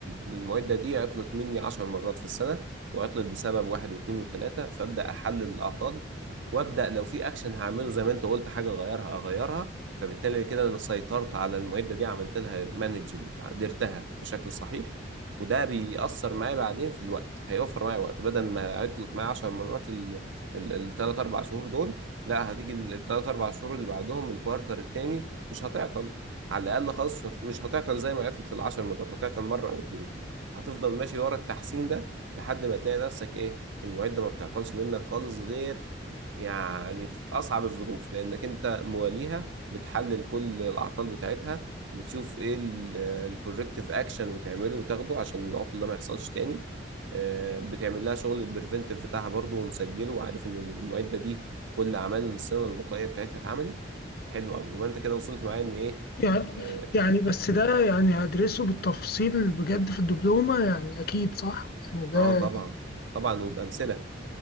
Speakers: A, on the right (about 75°); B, on the left (about 50°).
A: المعده دي عطلت مني عشر مرات في السنه وعطلت بسبب واحد واثنين وثلاثه فابدا احلل الاعطال وابدا لو في اكشن هعمله زي ما انت قلت حاجه اغيرها اغيرها فبالتالي كده انا سيطرت على المعده دي عملت لها مانجمنت قدرتها بشكل صحيح وده بيأثر معايا بعدين في الوقت هيوفر معايا وقت بدل ما عطلت معايا 10 مرات الثلاث اربع شهور دول لا هتيجي الثلاث اربع شهور اللي بعدهم الكوارتر التاني مش هتعطل على الاقل خالص مش هت- مش هتعطل زي ما عطلت العشر مرات هتعطل مره او اتنين هتفضل ماشي ورا التحسين ده لحد ما تلاقي نفسك ايه المعده ما بتعطلش منك خالص غير يعني في اصعب الظروف لانك انت مواليها بتحلل كل الاعطال بتاعتها بتشوف ايه الكوركتيف اكشن وتعمله وتاخده عشان العطل ده ما يحصلش تاني آه، بتعمل لها شغل البريفنتيف بتاعها برضه ومسجله وعارف ان المعده دي كل اعمال الصيانه الوقائيه بتاعتها اتعملت حلو قوي يبقى انت كده وصلت معايا ان ايه
B: يعني
A: اه
B: يعني بس ده يعني هدرسه بالتفصيل بجد في الدبلومة يعني أكيد صح؟ يعني ده
A: آه، طبعا طبعا وبامثله